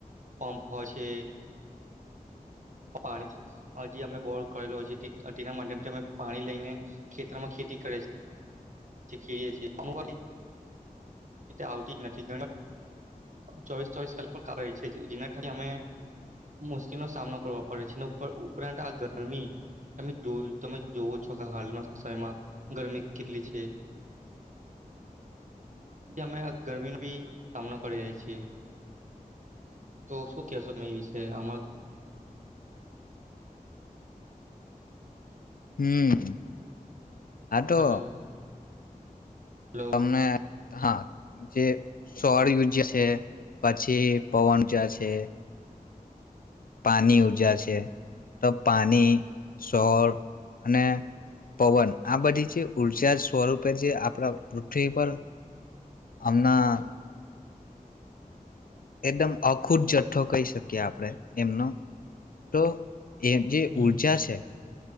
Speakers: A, on the right; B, on the left.
A: પં્પ હોય છે પાણી હજી અ બો કરેલો હોય તેના માધ્યમથી અમે પાણી લઈને ખેતરમાં ખેતી કરે છીએ આવતી જ નથી ચોવીસ ચોવીસ કલાક છે જેના અમે મુશ્કેલીનો સામનો ઉપરાંત આ ગરમી ત તમે જોવો છો કે હાલના સમયમાં ગરમી કેટલી છે જે અમે ગરમીનો બી સામનો કરી રહ્યા છીએ તો શું કેશો ત એ વિશે આમાં
B: હમ હ તો
A: હલો હલો
B: તમને હા જે સ્ોળ ર્જા છે પછી પવન ઉર્જા છે પાની ઉર્જા છે તો પાણી સોળ અને પવન આ બધી જે ઉઊર્જા સ્વરૂપે જે આપણા પૃથ્વી પર અમના એકદમ અખુટ જથ્થો કહી શકીએ આપણે એમનો તો એ જે
A: હમ
B: ઉઊર્જા છે